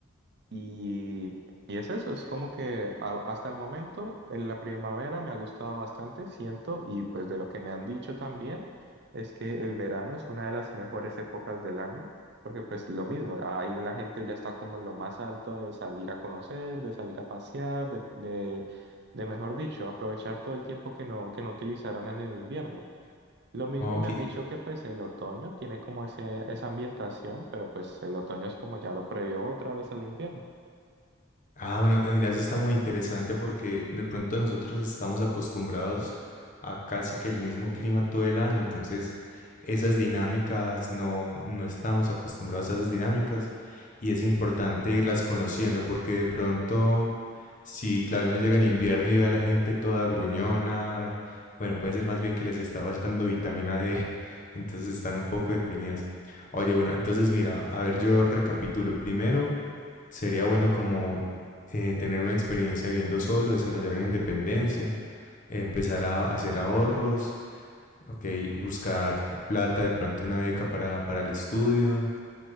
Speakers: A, on the right; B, on the left.
A: Y, y es eso, es como que a- hasta el momento en la primavera me ha gustado bastante, siento, y pues de lo que me han dicho también, es que el verano es una de las mejores épocas del año, porque pues lo mismo, ahí la gente ya está como en lo más alto de salir a conocer, de salir a pasear, de, de, de mejor dicho, aprovechar todo el tiempo que no, que no utilizaron en el invierno. Lo mismo
B: Ok,
A: me han dicho que pues el otoño tiene como ese, esa ambientación, pero pues el otoño es como ya lo previo otra vez al invierno.
B: Ah, bueno, eh, mira, eso está muy interesante porque de pronto nosotros estamos acostumbrados a casi que el mismo clima todo el año, entonces esas dinámicas no, no estamos acostumbrados a esas dinámicas y es importante irlas conociendo porque de pronto, si claro, uno llega en invierno y ve a la gente toda gruñona, bueno, puede ser más bien que les está faltando vitamina D, <laughs> entonces están un poco deprimidas. Oye, bueno, entonces mira, a ver, yo recapitulo primero. Sería bueno como eh, tener una experiencia viviendo solo, desarrollar una independencia, empezar a hacer ahorros, ok, buscar plata, de pronto una beca para, para el estudio,